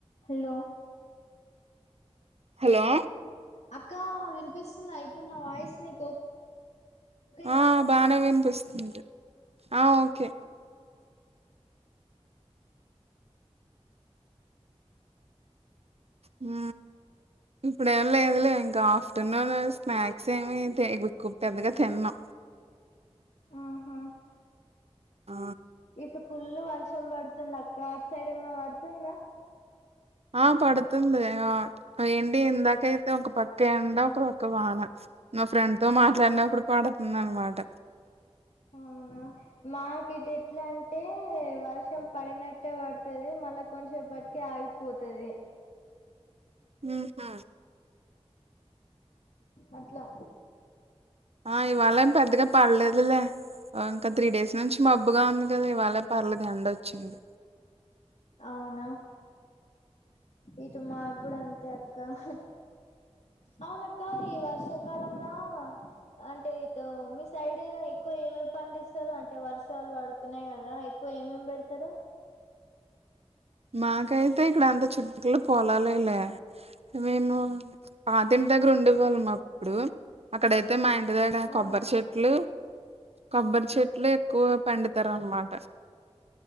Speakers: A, on the left (about 80°); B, on the right (about 65°).
A: Hello
B: hello
A: అక్కా వినిపిస్తుందా ఇప్పుడు నా వాయిస్ నీకు? ఓకేనా
B: ఆ బానే వినిపిస్తుంది, ఆ ఓకే. ఉ ఇప్పుడేం లేదులే ఇంకా ఆఫ్టర్నూన్ అది స్నాక్స్ ఏమి తి కు పెద్దగా తిన్నూ.
A: ఆహా
B: ఆ
A: ఇటు పుల్లు వర్షం పడుతుంది అక్క అటు సైడ్ ఏమన్నా పడుతుందా.
B: ఆ పడుతుంది ఏంటి ఇందాకైతే ఒక పక్క ఎండా, ఒక పక్క వాన. నా ఫ్రెండ్ తో మాట్లాడినప్పుడు పడుతుందనమాట.
A: అవునా మాకు ఇటు ఎట్లా అం అంటే వర్షం పడినట్టే పడుతది మళ్ళా కొంచసేపటికే ఆగిపోతది.
B: ఉహా
A: అట్లా
B: ఆ ఇవాళ ఏం పెద్దగా పడ్లేదులే ఇంకా త్రీ డేస్ నుంచి మబ్ బ్బుగా ఉంది కదా ఇవాళ పర్లేదు ఎండోచ్చింది.
A: అవునా ఇటు మా కూడా అంతే అక్క ఉహ్ అవున క్కా ఈ వర్షాకాలంలా అంటే ఇటు మీ సైడ్ ఎక్కువ ఏమేమి పండిస్తరు అంటే వర్షాలు పడు తున్నయి కదా ఎక్కువ ఏమేమ్ పెడతరు.
B: మాకైతే ఇక్కడ అంత చుట్టుపక్కల అంతా పోలాలే లే. మేము పాతింటి దగ్గర ఉండే వాళ్ళం అప్పుడు, అక్కడైతే మా ఇంటి దగ్గరా
A: ఆ
B: కొబ్బరి చెట్లు కొబ్బరి చెట్లు ఎక్కువ పండిత్తరు అన్మాటా.